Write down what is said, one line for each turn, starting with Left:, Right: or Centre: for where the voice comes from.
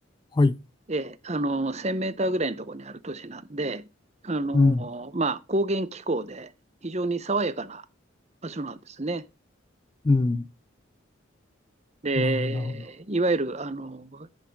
Left: はい。
Right: ええ、あの、1000メーターぐらいのところにある都市なんで、あの、
Left: うん、
Right: まあ、高原気候で非常に爽やかな場所なんですね。
Left: うん。
Right: で、
Left: なるほど、なるほど。
Right: いわゆる、あの、